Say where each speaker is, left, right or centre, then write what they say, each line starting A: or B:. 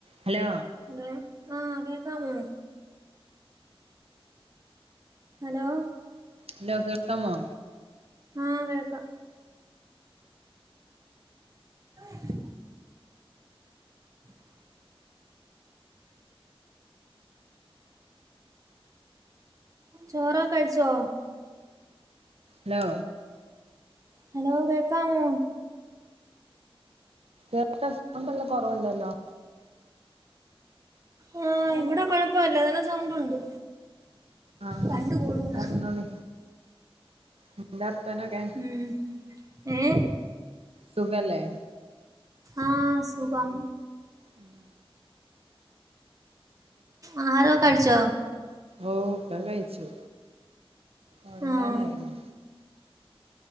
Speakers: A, on the right; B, on the right.
A: Hello
B: hello ആഹ് കേക്കാമോ hello
A: ഇല്ലോ കേൾക്കാമോ
B: ആഹ് കേക്ക <inaudible> <inaudible> <inaudible> ചോറൊക്കെ കഴിച്ചോ
A: ഹലോ
B: ഹലോ കേൾക്കാമോ
A: കേൾക്കാൻ സൗണ്ട് നല്ല കുറവുണ്ടല്ലോ
B: ഏ ഇവിടെ കൊഴപ്പുല്ല നല്ല സൗണ്ടുണ്ട്
A: ആ <unintelligible>
B: രണ്ട് കോളും കൂടെ
A: ഞ്ഞോളി നിന്റെ അർത്തനൊക്കെ
B: ഉം ഏഹ്
A: സുഖല്ലേ
B: ആ സുഖം
A: ഉം
B: ആഹാരൊക്കെ കഴിച്ചോ
A: ഓ ഒക്കെ കഴിച്ചു ഒർങ്ങാനായിലേ
B: ആഹ്